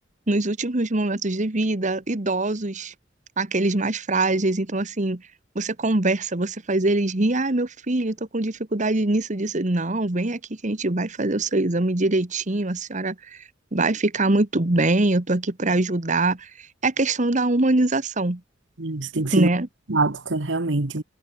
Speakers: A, on the right; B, on the right.
A: nos últimos momentos de vida, idosos, aqueles mais frágeis. Então, assim, você conversa, você faz eles rir. Ah, meu filho, tô com dificuldade nisso, disso. Não, vem aqui que a gente vai fazer o seu exame direitinho, a senhora vai ficar muito bem, eu tô aqui para ajudar. É a questão da humanização,
B: Você tem que ser
A: né?
B: muito prática, realmente.